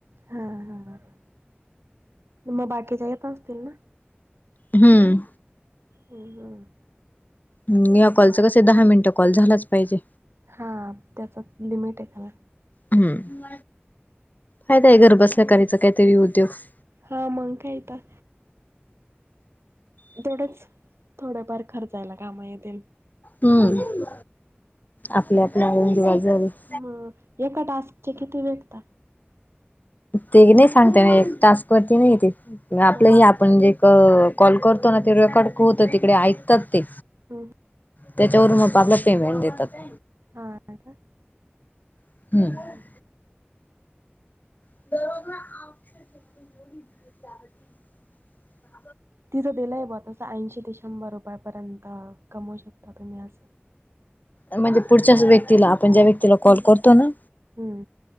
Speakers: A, on the right (about 85°); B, on the left (about 45°).
A: हा हा म बाकीच्या येत असतील ना
B: हम्म.
A: हम्म हम्म.
B: हम्म ह्या कॉलच कस आहे, दहा मिनिटं कॉल झालाच पाहिजे
A: हा त्याच्यात लिमिट आहे त्याला
B: हम्म फायदा हाय घर बसल्या करायच काहीतरी उद्योग
A: हा मंग काय तर तेवढंच थोडफार खर्चायला कामा येतील
B: हम्म आपल्या आपल्या <inaudible>
A: ह एका टास्क चे किती भेटतात
B: ते नाही सांगता येतं टास्क वरती नाही येत आपलं
A: मग
B: ह आपण जे कॉल करतो ना ते रेकॉर्ड होतात तिकडे ऐकतात ते
A: हा
B: त्याच्यावरून मग आपला पेमेंट देतात
A: हा का
B: हम्म
A: हमम
B: <inaudible> <inaudible> <inaudible>
A: तिथं दिले बा तसं ऐंशी ते शंभर रुपयापर्यंत कमवू शकता तुम्ही असं
B: म्हणजे पुढच्याच व्यक्तीला आपण ज्या व्यक्तीला कॉल करतो ना
A: हम